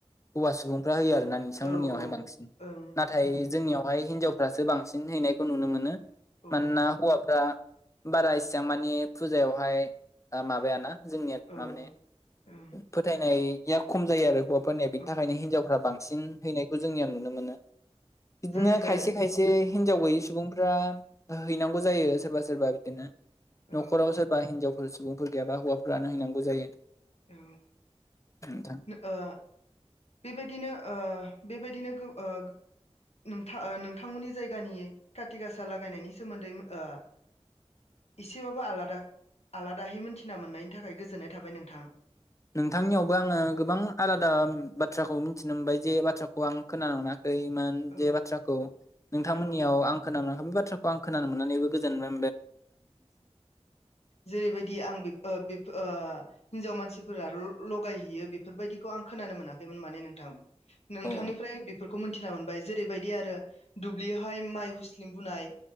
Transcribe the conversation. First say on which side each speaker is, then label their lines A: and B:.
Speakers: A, on the left; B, on the left.
A: हौवा सुबुंफ्रा होयो आरो ना नोंसांमोननियावहाय
B: औ
A: बांसिन
B: ओं
A: नाथाय
B: ओं
A: जोंनियावहाय हिनजाव फ्रासो बांसिन हैनायखौ नुनो मोनो
B: औ
A: मानोना हौवाफ्रा बारा इसेबां मानि फुजायावहाय माबायाना जोंनिया
B: औ
A: मामने
B: ओं
A: फोथायनाया खम जायो आरो हौवाफोरनिया
B: औ
A: बेनि थाखायनो हिनजावफ्रा बांसिन हैनायखौ जोंनिया नुनो मोनो। बिदिनो
B: जोंनि जाय
A: खायसे खायसे हिनजाव गैयै सुबुंफ्रा हैनांगौ जायो सोरबा सोरबा बिदिनो
B: औ
A: न'खराव सोरबा हिनजाव फोर सुबुंफोर गैयाबा हौवाफोरानो हैनांगौ जायो।
B: औ
A: नोंथां
B: ओ बेबायदिनो ओ बेबायदिनो गो ओ नोंथां नोंथांमोननि जायगानि खाथि गासा लागायनायनि सोमोन्दै ओ एसेबाबो आलादा आलादाहै मोनथिना मोननायनि थाखाय गोजोननाय थाबाय नोंथां।
A: नोंथांनियावबो आङो गोबां आलादा बाथ्राखौ मिथिनो मोनबाय जे बाथ्राखौ आं खोनामोना खैमोन
B: औ
A: जे बाथ्राखौ नोंथांमोननियाव
B: औ
A: आं खोनानो मोनै बे बाथ्राखौ आं खोनानो मोननानैबो गोजोन
B: जेरैबायदि आं बेब ओ हिनजाव मानसिफोरा ल-लगायहैयो बेफोरबायदिखौ आं खोनानो मोनाखैमोन माने नोंथां नोंथांनिफ्राय
A: अ
B: बेफोरख खौ मिथिना मोनबाय जेरैबायदि आरो दुब्लियावहाय माइ हुस्लिम बुनाय